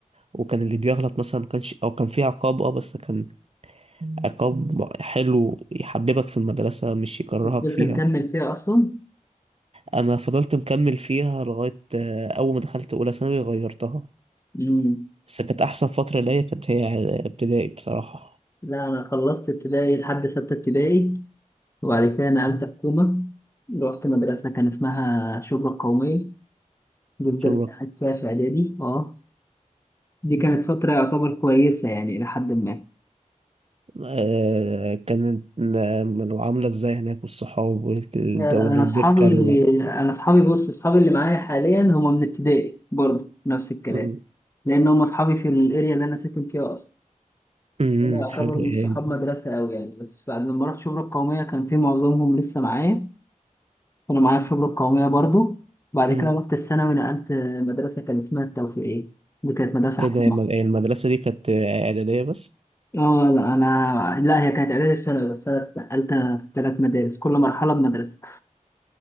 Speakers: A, on the right (about 50°); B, on the left (about 20°).
A: وكان اللي بيغلط مثلا ما كانش او كان في عقاب اه بس كان عقاب حلو يحببك في المدرسة مش يكرهك
B: فضلت
A: فيها
B: مكمل فيها اصلا
A: انا فضلت مكمل فيها لغاية آه، اول ما دخلت اولى ثانوي غيرتها
B: مم.
A: بس كانت احسن فترة ليا كانت هي ابتدائي بصراحة
B: لا انا خلصت ابتدائي لحد سته ابتدائي وبعد كده نقلت حكومه رحت مدرسه كان اسمها شبرا القوميه دي فضلت
A: عشان
B: قاعد فيها في اعدادي اه دي كانت فتره يعتبر كويسه يعني الى حد ما
A: آه، كانت آه، العاملة ازاي هناك والصحاب والدولة
B: انا
A: الدكة
B: اصحابي
A: ال-
B: انا اصحابي بص اصحابي اللي معايا حاليا هم من ابتدائي برضه نفس الكلام
A: مم.
B: لان هم اصحابي في الاريا اللي انا ساكن فيها اصلا
A: مم،
B: هم يعتبروا
A: حلو يعني
B: مش صحاب مدرسه قوي يعني بس بعد ما رحت شبرا القوميه كان في معظمهم لسه معايا كانوا معايا في شبرا القوميه برضه وبعد
A: مم.
B: كده رحت الثانوي نقلت مدرسه كان اسمها التوفيقيه دي كانت مدرسه
A: ايه
B: حكومه
A: ده يا مج- المدرسة دي كانت إعدادية بس
B: اه لا انا لا هي كانت اعدادي في ثانوي بس انا اتنقلت في ثلاث مدارس كل مرحله بمدرسه